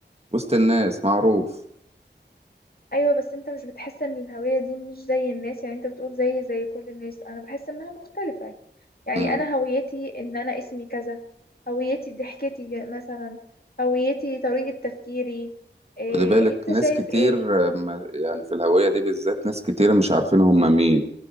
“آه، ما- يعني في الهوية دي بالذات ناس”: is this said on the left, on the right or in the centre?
Right